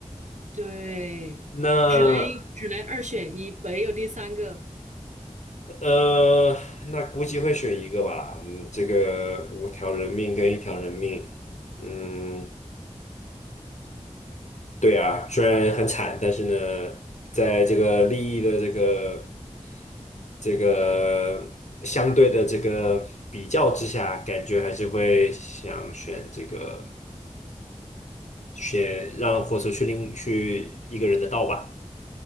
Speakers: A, on the right; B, on the left.
A: 对，
B: 那
A: 只能只能二选一，没有第三个
B: 呃，那估计会选一个吧。嗯，这个五条人命跟一条人命，嗯，对啊，虽然很惨，但是呢，在这个利益的这个这个相对的这个比较之下，感觉还是会想选这个选让火车去另去一个人的道吧，